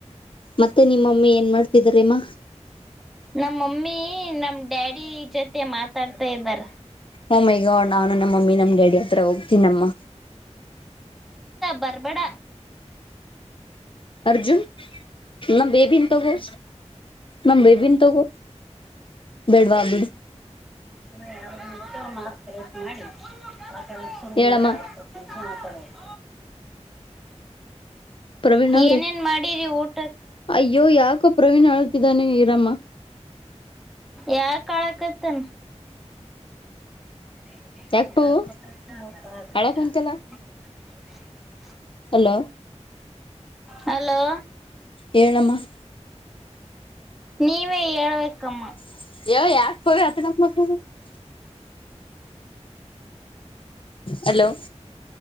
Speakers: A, on the left (about 45°); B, in the centre.
A: ಮತ್ತೆ ನಿಮ್ಮಮ್ಮಿ ಏನ್ ಮಾಡ್ತಿದಾರಮ್ಮ
B: ನಮ್ಮ ಮಮ್ಮಿ ನಮ ಡ್ಯಾಡಿ ಜೊತೆ ಮಾತಾಡ್ತಾ ಇದ್ದಾರ
A: ಓ ಮೈ ಗಾಡ್ ನಾನು ನಮ್ಮ ಮಮ್ಮಿ ನಮ್ ಡ್ಯಾಡಿ ಹತ್ರ ಹೋಗ್ತೀನಮ್ಮ
B: ಬರ್ಬಡ
A: ಅರ್ಜುನ್ ನಮ್ಮ್ ಬೇಬಿನ್ ತಗೋ ನಮ್ಮ್ ಬೇಬಿನ್ ತಗೋ ಬೇಡ್ವಾ ಬಿಡು
B: ಇ ಯತ ಮಾಡ್ತಾರೆ <unintelligible> ಮಾಡಿ ಆ ಶುರು
A: ಹೇಳಮ್ಮ
B: ಮಾಡ್ತಾರೆ <unintelligible>
A: ಪ್ರವೀಣ್ ಅವ್ರೆ
B: ಏನೇನ್ ಮಾಡಿರಿ ಊಟ <inaudible>
A: ಅಯ್ಯೋ ಯಾಕೋ ಪ್ರವೀಣ್ ಆಳ್ತಿದ್ದಾನೆ ಇರಮ್ಮ
B: ಯಾಕ ಅಳಕತ್ತನ್ <unintelligible>
A: ಯಾಕ ಪವು ಅಳಕ್ ಕುಂತಲ್ಲ ಹಲೋ
B: ಹಲೋ
A: ಹೇಳಮ್ಮ <inaudible>
B: ನೀವೇ ಹೇಳ್ಬೇಕಮ್ಮ
A: <unintelligible> ಹಲೋ